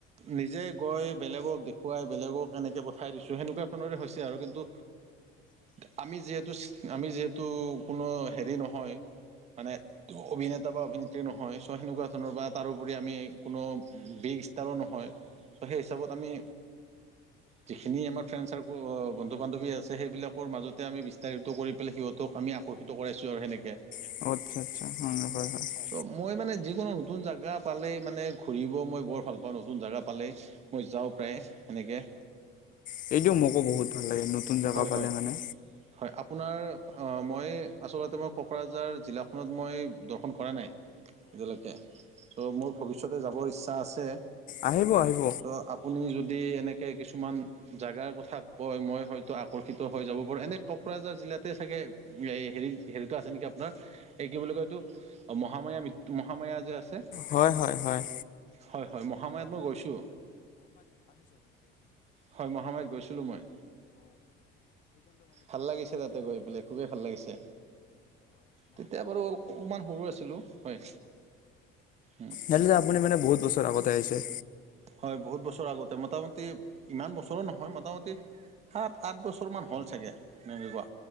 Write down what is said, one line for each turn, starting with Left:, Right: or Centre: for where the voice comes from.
Right: নিজে গৈ বেলেগক দেখুৱাই, বেলেগক এনেকে পঠাই দিছোঁ সেনেকুৱা ধৰণৰে হৈছে আৰু কিন্তু <unintelligible> আমি যিহেতু আমি যিহেতু কোনো হেৰি নহয়। মানে ত অভিনেতা বা অভিনেত্ৰী নহয়। ছ' সেনেকুৱা ধৰণৰ বা তাৰোপৰি আমি কোনো বিগ ষ্টাৰো নহয়। ত' সেই হিচাপত আমি যিখিনি আমাৰ ফ্ৰেণ্ড চাৰ্ক বন্ধু-বান্ধৱী আছে, সেইবিলাকৰ মাজতে আমি ইস্তাৰিত কৰিপেলাই সিহঁত আমি আকৰ্ষিত কৰাইছোঁ আৰু সেনেকে।
Left: <unintelligible>
Right: ত' মই মানে যিকোনো নতুন জাগা পালেই মানে ঘূৰিব মই বৰ ভাল পাওঁ নতুন জাগা পালেই মই যাওঁ প্ৰায়ে সেনেকে।
Left: সেইটোও মোকো বহুত ভাল লাগে নতুন জাগা
Right: হয়
Left: পালে
Right: হয়
Left: মানে।
Right: হয় আপোনাৰ মই, আচলতে মই কোকৰাঝাৰ জিলাখনত মই দৰ্শন কৰা নাই। এতিয়ালৈকে, ত' মোৰ ভৱিষ্যতে যাবৰ ইচ্ছা আছে
Left: আহিব আহিব।
Right: তো আপুনি যদি এনেকে কিছুমান জাগাৰ কথা কয়। মই হয়তো আকৰ্ষিত হৈ যাব পাৰো। এনে কোকৰাঝাৰ জিলাতে চাগে হেৰি হেৰিতটো আছে নেকি আপোনাৰ এই কি বুলি কয় এইটো, মহামায়া মৃত্যু মহাময়া যে আছে।
Left: হয়, হয়, হয়।
Right: হয়, হয়। মহামায়াত মই গৈছোঁ। হয় মহামায়াত গৈছিলোঁ মই। ভাল লাগিছে তাতে গৈ পেলাই, খুবেই ভাল লাগিছে। তেতিয়া বাৰু অকমান সৰু আছিলোঁ হয়, উম।
Left: এয়ালে যে আপুনি মানে বহুত বছৰ আগতে আহিছে।
Right: হয় বহুত বছৰ আগতে, মোটামুটি ইমান বছৰো নহয় মোটামুটি সাত-আঠ বছৰমান হ'ল চাগে? এনেকে কোৱা